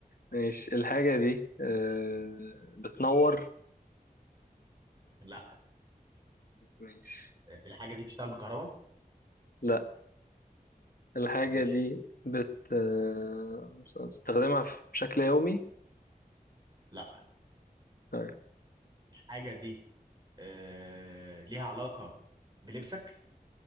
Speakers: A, on the left; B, on the right.
A: ماشي الحاجة دي آه، بتنور
B: لا
A: ماشي
B: الحاجة دي بتشتغل بالكهرباء
A: لا الحاجة
B: ماشي
A: دي بت آه، بتستخدمها في- بشكل يومي
B: لا
A: طيب
B: الحاجة دي آه ليها علاقة بلبسك